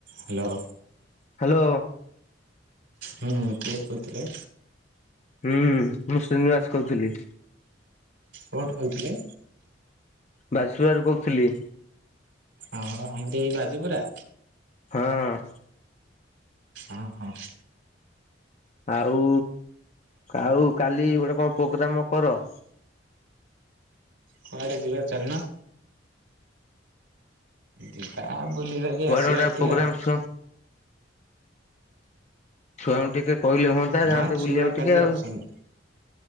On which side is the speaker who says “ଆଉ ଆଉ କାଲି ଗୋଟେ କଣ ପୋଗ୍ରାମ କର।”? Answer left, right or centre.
Left